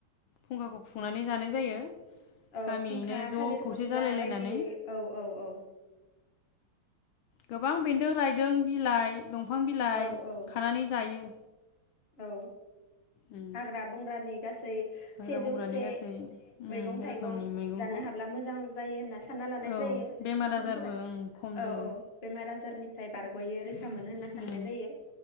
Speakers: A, on the left; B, on the left.
A: फुंखाखौ खुंनानै जानाय जायो
B: औ
A: गामियैनो
B: फुंखा
A: ज'
B: थालिर
A: खौसे
B: फस्ला
A: जालायलायनानै
B: बायदियै औ औ औ
A: गोबां बेन्दों रायदों बिलाइ दंफां बिलाइ
B: औ औ
A: खानानै जायो।
B: औ
A: उम
B: हाग्रा बंग्रानि गासैबो <inaudible>
A: हाग्रा
B: सेजौसे
A: बंग्रानि गासै उम
B: मैगं थाइगं
A: रोखोमनि मैगंखौ
B: जानो हाब्ला मोजां जायो होनना सानना लानाय
A: औ
B: जायो
A: बेमार
B: सुबुंफोरा
A: आजारबो ओं खम जायो
B: औ औ बेमार आजारनिफ्राय बारग'यो रैखा मोनो होनना साननाय
A: उम
B: जायो।